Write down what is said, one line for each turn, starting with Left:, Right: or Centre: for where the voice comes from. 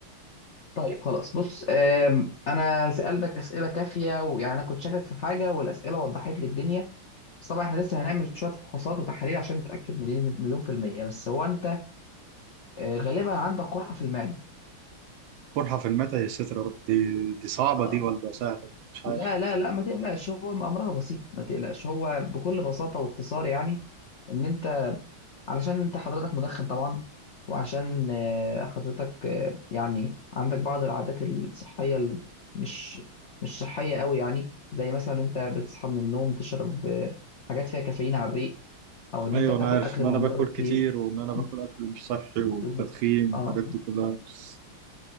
Left: طيب خلاص بص آم، انا سألتك اسئلة كافية ويعني انا كنت شاكك في حاجة والاسئلة وضحت لي الدنيا بس طبعا احنا لسه هنعمل شوية فحوصات وتحاليل عشان نتأكد مليون مليون في المية بس هو انت آه، غالبا عندك قرحة في المعدة
Right: قرحة في المعدة يا ساتر يا رب دي دي صعبة
Left: آه،
Right: دي ولا سهلة مش
Left: لا
Right: عارف
Left: لا لا ما تقلقش هو امرها بسيط ما تقلقش هو بكل بساطة واختصار يعني ان انت علشان انت حضرتك مدخن طبعا وعشان آه، حضرتك آه، يعني عندك بعض العادات الصحية ال- مش مش صحية قوي يعني زي مثلا انت بتصحى من النوم تشرب آه، حاجات فيها كافيين على الريق او ان
Right: ايوه
Left: انت بتاكل
Right: انا عارف
Left: اكل
Right: ان
Left: من
Right: انا باكل
Left: بره
Right: كتير
Left: كتير
Right: وان انا باكل
Left: م،
Right: اكل مش صحي
Left: بالظبط
Right: والتدخين
Left: اه
Right: والحاجات دي كلها بس